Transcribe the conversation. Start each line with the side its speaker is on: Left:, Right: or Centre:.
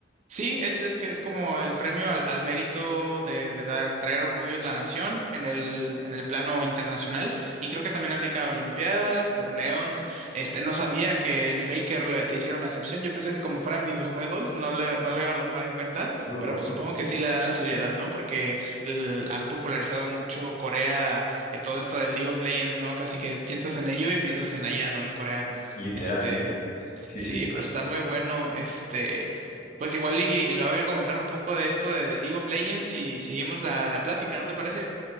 Right: sí, es, es que es como el premio al, al mérito de, de dar, traer orgullo de la nación en el, en el plano internacional, y creo que también aplica a olimpiadas, torneos, este, no sabía que el Faker le, le hicieron la excepción, yo pensé que como fueran videojuegos no le, no lo iban a tomar en cuenta,
Left: No,
Right: pero
Left: no,
Right: pues
Left: pues
Right: supongo que sí le dan la seriedad, ¿no? Porque el- han popularizado mucho Corea, eh, todo esto del League of Legends, ¿no? Casi que piensas en ello y piensas en allá, ¿no? En Corea,
Left: literalmente.
Right: este...
Left: Sí,
Right: Sí,
Left: sí.
Right: pero está muy bueno. Este, pues igual y, y lo voy a comentar un poco de esto de, de League of Legends y seguimos la, la plática, ¿no te parece?